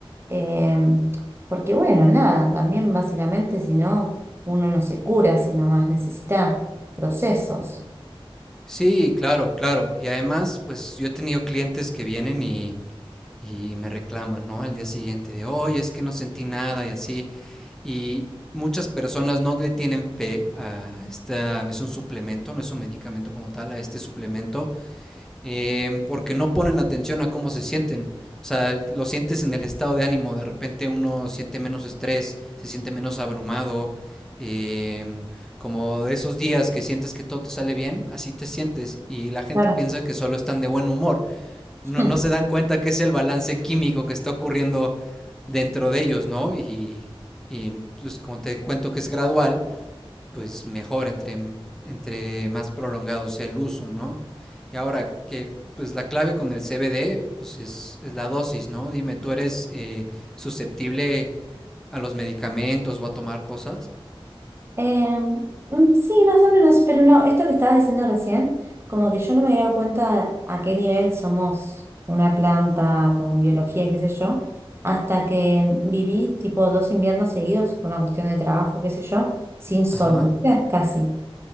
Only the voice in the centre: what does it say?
Sí, claro, claro. Y además, pues yo he tenido clientes que vienen y, y me reclaman, ¿no? Al día siguiente de, oye, es que no sentí nada y así. Y muchas personas no le tienen fe a esta, es un suplemento, no es un medicamento como tal, a este suplemento em, porque no ponen atención a cómo se sienten. O sea, lo sientes en el estado de ánimo. De repente uno siente menos estrés, se siente menos abrumado. em, como de esos días que sientes que todo te sale bien, así te sientes. Y la gente
piensa que solo están de buen humor. No,
no se dan cuenta que es el balance químico que está ocurriendo dentro de ellos, ¿no? Y, y pues como te cuento que es gradual, pues mejor entre, mm, entre más prolongado sea el uso, ¿no? Y ahora que pues la clave con el CBD pues es, es la dosis, ¿no? Dime, ¿tú eres eh, susceptible a los medicamentos o a tomar cosas?
Ajá,